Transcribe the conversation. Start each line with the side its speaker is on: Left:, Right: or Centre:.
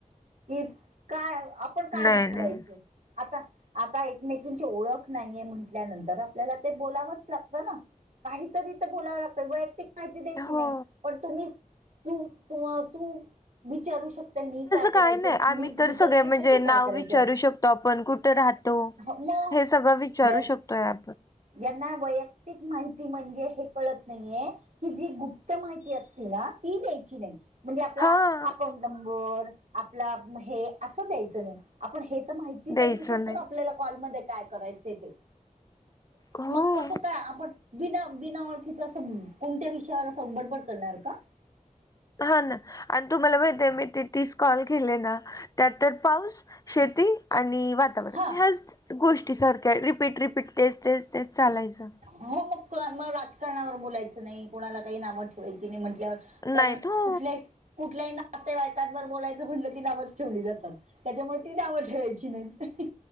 Right: कि काय आपण काय
Left: नाही
Right: बोलायचं?
Left: नाही
Right: आता, आता एकमेकींची ओळख नाहीये म्हटल्यानंतर, आपल्याला ते बोलावंच लागतं ना? काहीतरी इथं बोलावं लागतं वैयक्तिक- माहिती द्यायची
Left: हो.
Right: नाही, पण तुम्ही तूु- तू विचारू शक- त मी काय- करायचं
Left: काय नाही,
Right: मी
Left: आम्ही
Right: विचारू
Left: तर सगळं
Right: शकते
Left: म्हणजे
Right: ते
Left: नाव
Right: काय करायचं
Left: विचारू शकतो आपण, कुठे राहतो,
Right: मग
Left: हे सगळं विचारू-
Right: वैयक्तिक
Left: विचारू शकतोय आपण.
Right: यांना वैयक्तिक माहिती म्हणजे, हे कळत नाहीये- कि जी गुप्त माहिती असती ना ती द्यायची नाही. म्हणजे आपला
Left: हा
Right: अकाउंट नंबर आपला हे असं द्यायचं नाही आपण हे तर माहि ति
Left: द्यायचं
Right: तर देऊ शकतो
Left: नाही
Right: का आपल्याला कॉलमध्ये काय करायचं ते
Left: हो.
Right: मग कसं काय आपण बिना, बिना ओळखीचं असं कोणत्या विषयावर असं बडबड करणार का <unintelligible>
Left: हा ना आणि तुम्हाला माहित हाय मी ते तीस कॉल केले ना त्यात तर पाऊस शेती आणि वा ह्याच
Right: हा
Left: गोष्टी सारख्या रिपीट रिपीट तेच तेच तेच चालायचं.
Right: हो मग मग राजकारणावर बोलायचं नाही कोणाला काही नावं ठेवायची नाही म्हटल्यावर. कारण
Left: नाहीत हो
Right: कुठल्याही कुठल्याही नातेवाईकांवर बोलायचं म्हंटलं की नावच ठेवली जातात त्याच्यामुळे ती नावं ठेवायची नाहीत